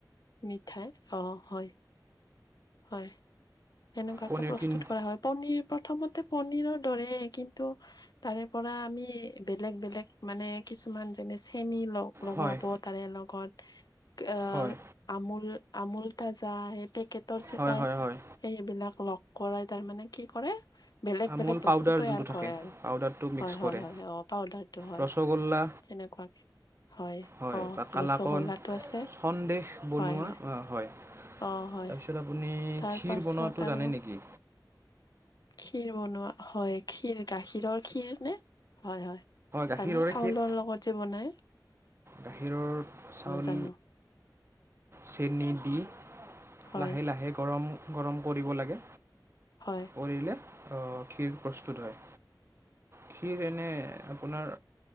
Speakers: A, on the left; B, on the right.
A: মিঠাই অ' হয়। হয়, এনেকুৱাকে
B: পনীৰ
A: প্ৰস্তুত
B: কিন
A: কৰা হয়। পনীৰৰ প্ৰথমতে পনীৰৰ দৰে কিন্তু, তাৰে পৰা আমি বেলেগ বেলেগ মানে কিছুমান যে চেনী লগ লগাব
B: হয়
A: তাৰে লগত আহ
B: হয়
A: আমুল আমুল তাজা সেই পেকেট। তৰ চিপাই
B: হয় হয় হয়
A: সেইবিলাক লগ কৰাই তাৰমানে কি কৰে বেলেগ
B: আমুল
A: বেলেগ বস্তু
B: পাউদাৰ
A: তৈয়াৰ
B: যোনটো থাকে
A: কৰে আৰু
B: পাউদাৰটো মিক্স
A: হয় হয়
B: কৰে
A: হয় অ পাউডাৰটো হয়,
B: ৰসগোল্লা
A: সেনেকুৱাকে হয়,
B: হয়
A: অ
B: বা কালাকণ
A: ৰসগোল্লাটো আছে
B: সন্দহ বনোৱা
A: হয় হয়
B: হয়।
A: অ হয়
B: তাৰপিছত আপুনি
A: তাৰ
B: ক্ষীৰ
A: পাছত
B: বনোৱাটো
A: আৰু
B: জানে নেকি
A: ক্ষীৰ বনোৱা হয় ক্ষীৰ গাখীৰৰ ক্ষীৰ নে? হয় হয়
B: গাখীৰৰে
A: চানো ন চাউলৰ
B: ক্ষীৰ
A: লগত যে বনায়।
B: গাখীৰৰ চাউল
A: জানো
B: চেনী দি
A: হয়
B: লাহে লাহে গৰম গৰম কৰিব লাগে
A: হয়
B: কৰিলে ক্ষীৰ প্ৰস্তুত হয়। ক্ষীৰ এনে আপোনাৰ